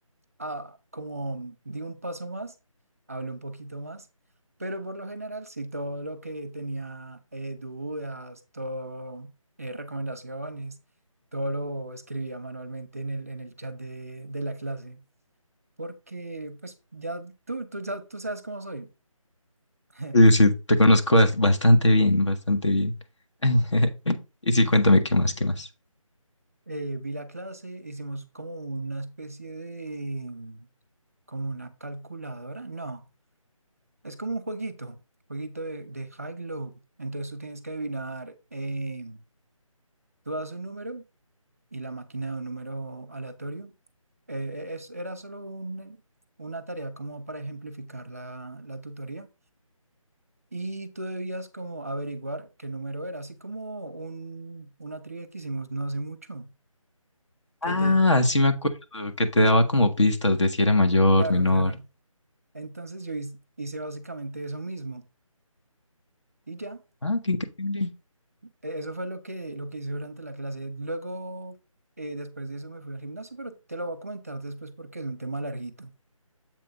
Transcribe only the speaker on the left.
Sí, sí, te conozco bas- bastante bien, bastante bien. <laughs> Y sí, cuéntame qué más, qué más.
Ah,
sí me acuerdo que te daba como pistas de si era mayor,
menor.
Ah, qué increíble.